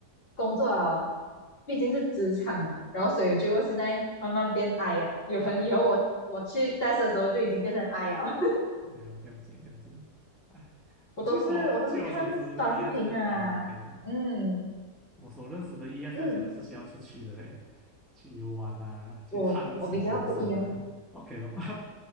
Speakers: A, on the left (about 35°); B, in the centre.
A: 工作啊，毕竟是职场，然后所以就现在慢慢变 I 啊。有可能以后我我去
B: <laughs>，OK，
A: desk 的时候就已经变成 I 啊。<laughs>
B: 没有，不用紧，不用紧。哎，
A: 我都是我都是看短视频啊，
B: 我据说，据我所知，ESF 啊，可以，
A: 嗯嗯，嗯
B: 我所认识的 ESFJ
A: 嗯嗯
B: 都是需要出去的嘞，去游玩啊，去探索人生啊，OK
A: 我我比较不一样。
B: 咯，